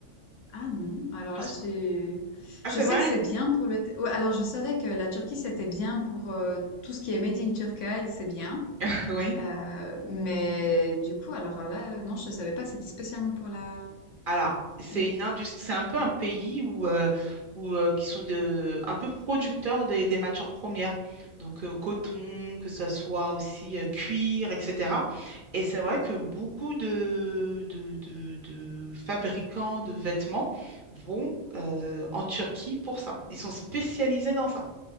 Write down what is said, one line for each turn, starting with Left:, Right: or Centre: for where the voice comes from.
Left: Ah non, alors
Right: Parce...
Left: là, tu...
Right: Ah,
Left: je
Right: c'est
Left: sais
Right: vrai?
Left: que c'est bien pour le... Ouais, alors, je savais que la Turquie, c'était bien pour euh, tout ce qui est Made in Turkey, c'est bien.
Right: <laughs> Oui.
Left: Euh, mais du coup, alors là, euh, non, je savais pas que c'était spécialement pour la...
Right: Alors, c'est
Left: la-
Right: une industrie, c'est un peu un pays où, euh, où euh, qui sont de, un peu producteurs des, des matières premières, donc euh, coton, que ce soit aussi euh, cuir, etc. Et c'est vrai que beaucoup de, de, de, de fabricants de vêtements vont euh, en Turquie pour ça. Ils sont spécialisés dans ça,